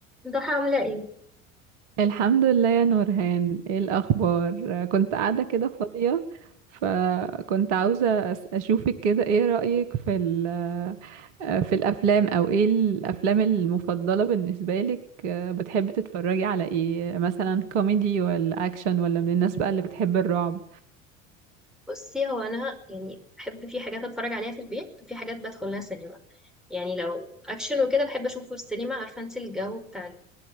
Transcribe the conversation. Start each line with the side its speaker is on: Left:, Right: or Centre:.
Centre: ضحى عاملة ايه؟
Right: الحمد لله يا نورهان ايه الاخبار كنت قاعده كده فاضيه فكنت عاوزه أس- اشوفك كده ايه رايك في ال- في الافلام او ايه الافلام المفضله بالنسبه لك بتحبي تتفرجي على ايه مثلا كوميدي ولا اكشن ولا من الناس بقى اللي بتحب الرعب
Centre: بصي هو أنا يعني بحب في حاجات أتفرج عليها في البيت وفي حاجات بدخل لها سينما يعني لو أكشن وكده بحب أشوفه في السينما عارفة انت الجو بتاع ال-